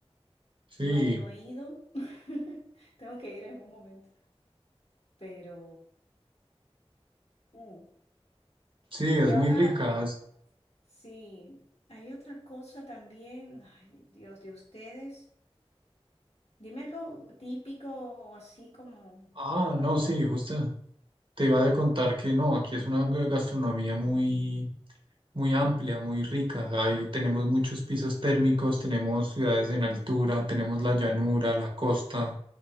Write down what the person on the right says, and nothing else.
sí,
sí, es
muy
rica. es-
Ah,
no, sí, justo. Te iba a contar que no, aquí es una gastronomía muy, muy amplia, muy rica. Ahí tenemos muchos pisos térmicos, tenemos ciudades en altura, tenemos la llanura, la costa.